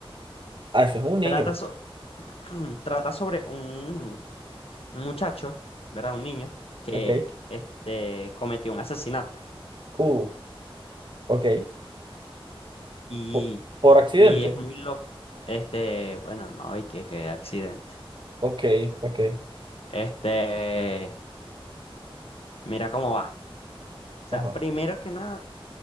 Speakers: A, on the right; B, on the left.
A: Ah, eso es un niño.
B: Trata, so- <clears throat> trata sobre un, un muchacho, ¿verdad? Un niño que
A: Ok.
B: este, cometió un asesinato.
A: Uh, ok.
B: Y,
A: Po- por accidente.
B: y es muy loco. Este, bueno, no, y que, que accidente.
A: Ok, ok.
B: Este, mira cómo va. O
A: Ajá.
B: sea, primero que nada,